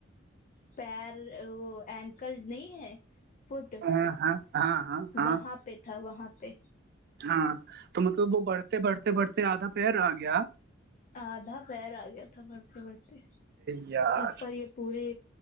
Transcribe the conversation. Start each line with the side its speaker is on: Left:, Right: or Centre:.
Left: پیر وہ اینکل نہیں ہے فٹ
Right: ہاں ہاں ہاں ہاں ہاں
Left: وہاں پہ تھا وہاں پہ
Right: ہاں تو مطلب وہ بڑھتے بڑھتے بڑھتے آدھا پیر آ گیا
Left: آدھا پیر آ گیا تھا بڑھتے بڑھتے
Right: یار
Left: اوپر ہی پوری